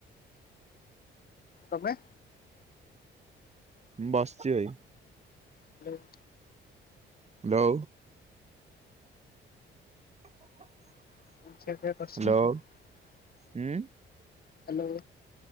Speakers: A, on the left; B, on the right.
A: ତମେ?
B: ମୁଁ ବସିଛି ଭାଇ।
A: ହେଲା।
B: ହେଲୋ। <unintelligible>
A: <unintelligible>
B: ହ୍ୟାଲୋ ହୁଁ।
A: ହେଲୋ।